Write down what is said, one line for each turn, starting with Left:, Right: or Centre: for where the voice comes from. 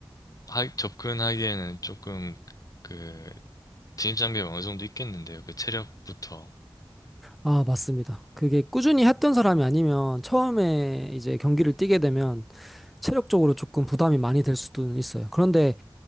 Left: 하- 접근하기에는 조금 그 진입 장벽이 어느 정도 있겠는데요. 그 체력부터.
Centre: 아, 맞습니다. 그게 꾸준히 했던 사람이 아니면 처음에 이제 경기를 뛰게 되면 체력적으로 조금 부담이 많이 될 수도 있어요. 그런데